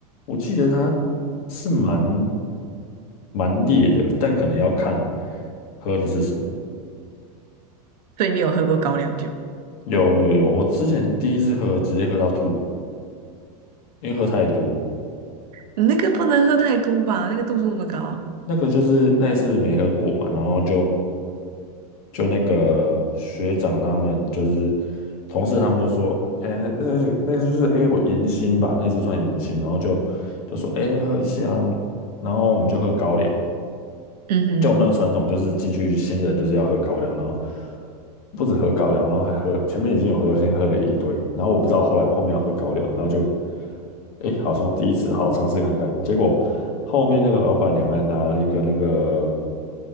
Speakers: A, on the left; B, on the right.
A: 我记得它是蛮蛮烈的，但可能要看喝的是什么。
B: 所以你有喝过高粱酒？
A: 有有有，我之前第一次喝直接喝到吐，因为喝太多。
B: 你那个不能喝太多吧？那个度数那么高。
A: 那个就是那一次没喝过嘛，然后就就那个学长他们就是同事，他们就说，哎、那那那就是哎、我迎新吧，那次算迎新，然后就就说，哎、喝一下，然后我们就喝高粱，
B: 嗯哼，
A: 就我们那个传统就是进去新人就是要喝高粱，然后不止喝高粱，然后还喝前面已经有喝，先喝了一堆，然后我不知道后来后面要喝高粱，然后就，哎、好像第一次好好尝试看看，结果后面那个老板娘还拿了一个那个。